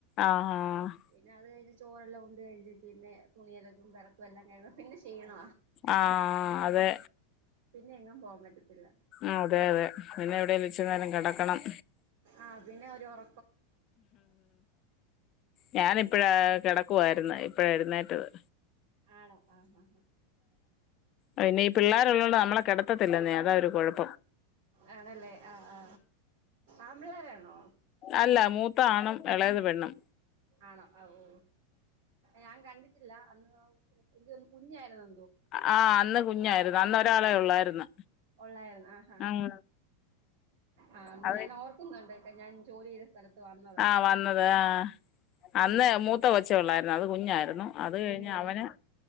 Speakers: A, on the left; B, on the right.
A: ആഹാ ഹ്
B: പിന്നെ അത് കഴിഞ്ഞ് ചോറെല്ലാം ഉണ്ട് കഴിഞ് പിന്നെ തുണിയലക്കും വിറക്കും എല്ലാം കഴി പിന്നെ ക്ഷീണ.
A: ആഹ് അതെ
B: പിന്നെ എങ്ങും പോവാൻ പറ്റത്തില്ല
A: ആ അതെ അതെ പിന്നെ എവിടെ ഇച്ചിരി നേരം കിടക്കണം.
B: ആഹ പിന്നെ ഒരു ഒറ
A: ഞാനിപ്പഴാ കിടക്കുവായിര്ന്ന് ഇപ്പഴ എഴുന്നേറ്റത്.
B: ആണോ ആഹ ആഹ ഹാ
A: പിന്നെ ഈ പിള്ളേരുള്ളതുകൊണ്ട് നമ്മളെ കിടത്തത്തില്ലെന്നേ അതാ ഒരു കുഴപ്പ
B: ആണല്ലേ ആ ആ ആൺപിള്ളാരാണോ?
A: അല്ല മൂത്ത ആണും ഇളയത് പെണ്ണും
B: ആണോ ഓ ഞാൻ കണ്ടിട്ടില്ല അന്ന് എനിക്ക് തോന്നുന്നു കുഞ്ഞായിരുന്നു.
A: ആ അന്ന് കുഞ്ഞായിരുന്നു അന്ന് ഒരാളേ ഉള്ളായിരുന്നു.
B: ഉള്ളായിരുന്നു ആഹാ
A: ഉം
B: ആ അന്ന്
A: അത്
B: ഞാൻ ഓർക്കുന്നുണ്ട് <unintelligible> ഞാൻ ജോലി ചെയ് സ്ഥലത്ത് വന്ന്
A: ആഹ വന്നത് ആ അന്ന്
B: ആ
A: മൂത്ത കൊച്ച ഉള്ളായിരുന്നു അത് കുഞ്ഞായിരുന്നു അത് കഴിഞ്ഞ്
B: കുഞ്ഞായിരുന്നു
A: അവന്